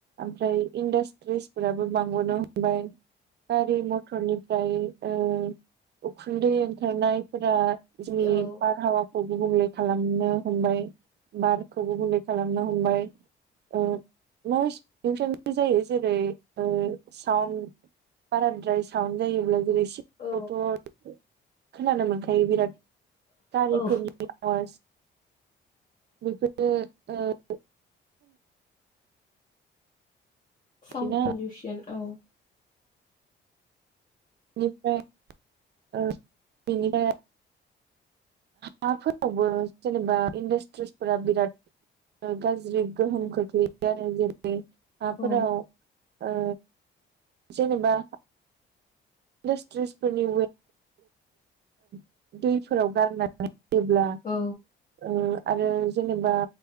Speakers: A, on the right; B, on the left.
A: ओमफ्राय इनडास त्रिस फोराबो बांबोनो हमबाय गारि म थरनिफ्राय ओ उखुन्दै ओंखारनाय फोरा जोंनि
B: औ
A: बारहावा खौ गुबुंले खालामनो हमबाय बारखौबो गुबुंले खालामनो हमबाय ओ नयस पलुसनबो जायो। जेरै ओ साउन‌ बाराद्राय साउन जायोब्ला जेरै सिगांथ'
B: औ
A: खोनानो मोनखायो बिराद गारिफोरनि
B: औ
A: बेफोरो ओ <unintelligible> पलिउसनखिना
B: साउन पलुशन औ
A: बिनिफ्राय ओ बिनि दायाव <unintelligible> हाफोरावबो जेनेबा इन्डासट्रिसफोरा बिराद गाज्रि गोहोम खोख्लैयो आरो जेरै हाफोराव
B: औ
A: ओ जेनेबा इन्डासट्रिसफोरानि <unintelligible> दैफोराव गार नानै होयोब्ला
B: औ
A: ओ आरो जेनेबा